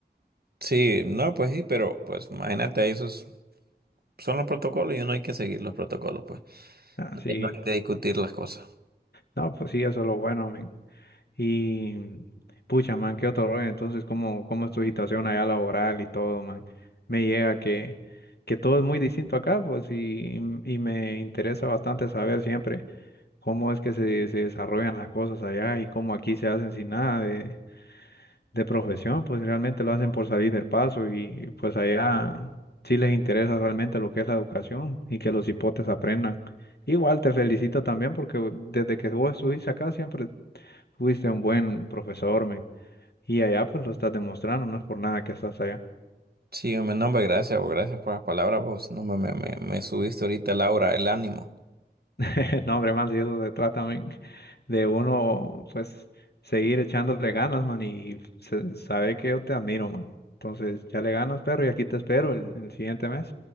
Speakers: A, on the right; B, on the left.
A: sí, no, pues sí, pero pues imagínate, esos son los protocolos y uno hay que seguir los protocolos, pues.
B: Así.
A: Y No hay que discutir las cosas.
B: No, pues sí, eso es lo bueno, men. Y pucha, man, qué otro rollo. Entonces, ¿cómo, cómo es tu situación allá laboral y todo, man? Me llega que, que todo es muy distinto acá, pues, y, y me interesa bastante saber siempre cómo es que se, se desarrollan las cosas allá y cómo aquí se hacen sin nada de, de profesión, pues realmente lo hacen por salir del paso y pues allá sí les interesa realmente lo que es la educación y que los hipotes aprendan. Igual te felicito también porque desde que vos estuviste acá siempre fuiste un buen profesor, men. Y allá pues lo estás demostrando, no es por nada que estás allá.
A: Sí, hombre, no, hombre, gracias, vos, gracias por las palabras, vos. No, me, me, me, me subiste ahorita, Laura, el aura, el ánimo.
B: <laughs> No, hombre, man, si eso se trata, men, de uno pues seguir echándole ganas, man, y se- saber que yo te admiro, man. Entonces ya le ganas, perro, y aquí te espero el el siguiente mes.